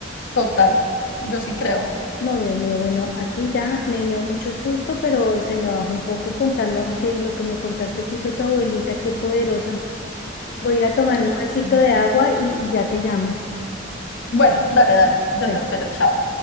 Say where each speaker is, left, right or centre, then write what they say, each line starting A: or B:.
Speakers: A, on the left; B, on the left.
A: total, yo sí creo.
B: No, Dios mío, bueno, aquí ya me dio mucho susto, pero se me bajó un poco contándome que lo que me contaste que hizo tu abuelita, qué poderosa. Voy a ir a tomarme
A: Ah,
B: un vasito
A: sí.
B: de agua y, y ya te llamo.
A: Bueno, dale, dale. Yo
B: Bueno.
A: te espero. Chao.